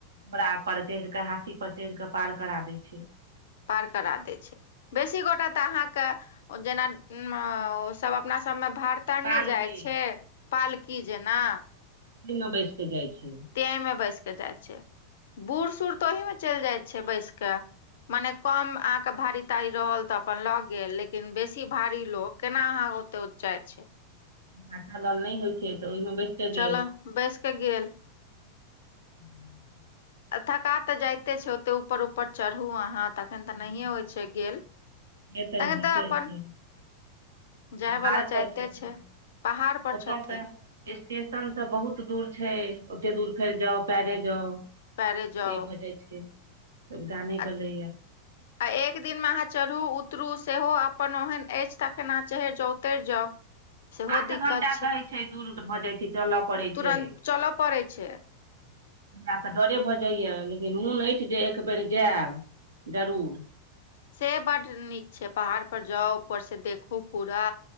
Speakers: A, on the right (about 70°); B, on the left (about 55°).
A: घोड़ा पर चढ़ि के हाथी पर चढ़ि के पार करा दै छै।
B: पार करा दै छै। बेसी गोटा तऽ अहाँक ओ जेना मअ ओ सब अपना सबमे भार तार
A: पालके
B: नै जाय छै पालकी जेना
A: ओही मे बैस के जाइ छै।
B: तें में बैस के जाय छै बूढ़ - सूढ़ त ओही मे चलि जाय छै बैस के मने कम अहाॅंके भारी तारी रहल त अपन ल‌ऽ गेल लेकिन बेसी भारी लोक केना अहाँ ओते उच जाय छै।
A: जेकरा चलल नै होइ छै त ओइमे बैस कऽ
B: चलऽ
A: गेल
B: बैस कऽ गेल।
A: हूँ
B: थका तऽ जायते छै ओते उपर - उपर चढ़ू अहाँ तखन तऽ
A: हँ,
B: नहिये होइ छै गेल।
A: से तऽ
B: तखन
A: नीके
B: अपन
A: छै।
B: जाय
A: पहाड़
B: बला
A: पर
B: जाइते
A: छथिन
B: छै पहाड़ पर
A: ओतयसँ
B: छथिन।
A: स्टेशन से बहुत दूर छै ओते दूर फेर जाउ पैरे जाउ। से
B: पैरे जाउ
A: भऽ जाइ छै सुविधा नै
B: आ
A: भेलैये।
B: आ एक दिन में अहाँ चढ़ू उतरू सेहो अपन ओहेन अइछ तखैन अहाँ चहैर जाउ उतैर जाउ।
A: <inaudible>
B: सेहो
A: आठ
B: दिक्कत
A: घंटा कहै छै दूर भऽ जाइ छै चलऽ पड़ै
B: तुरन्त
A: छै।
B: चलय पड़ै छै
A: हमरा तऽ डरे भऽ जाइये लेकिन मुन अइछ जे एकबेर जाएब जरूर।
B: से बड्ड नीक छै पहाड़ पर जाउ उपर से देखू पूरा,